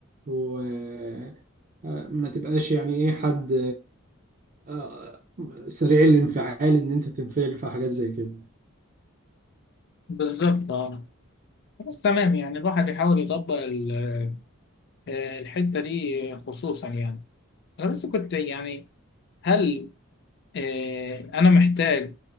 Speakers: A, on the right; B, on the left.
A: وما تبقاش يعني ايه حد آه، سريع الانفعال ان انت تنفعل في حاجات زي كده
B: بالظبط اه خلاص تمام يعني الواحد يحاول يطبق ال- آه، الحتة دي خصوصا يعني انا بس كنت يعني هل آه، انا محتاج